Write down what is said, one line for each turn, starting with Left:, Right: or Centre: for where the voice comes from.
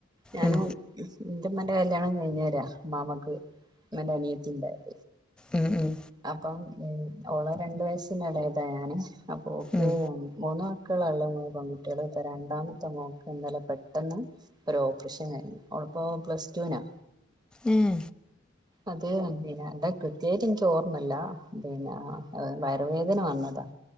Right: ഞാനും
Centre: ഉം
Right: ഇന്റമ്മന്റെ കല്യാണം കഴിഞ്ഞേരാ മാമാക്ക് ഇമ്മന്റെ അനിയത്തി ഇണ്ടായേ
Centre: ഉം ഉം.
Right: അപ്പം ഉം ഓളെ രണ്ട് വയസ്സിനെളേതാ ഞാന് അപ്പോ ഓൾക്
Centre: ഉം
Right: മൂന്ന് മാസ മക്കളാള്ള് മൂന്ന് പെങ്കുട്ട്യോള് തരാന്, രണ്ടാമത്തെ മോക്ക് ഇന്നലെ പെട്ടെന്ന് ഒര് ഓപ്പറേഷൻ കഴിഞ്ഞു. ഓളുപ്പോ പ്ലാസ്റ്റുനാ
Centre: ഉം
Right: അത് പിന്നെ എന്താ കൃത്യായിട്ടി ഇൻക്ക് ഓർമ്മല്ല പിന്നാ വയറ് വേദന വന്നതാ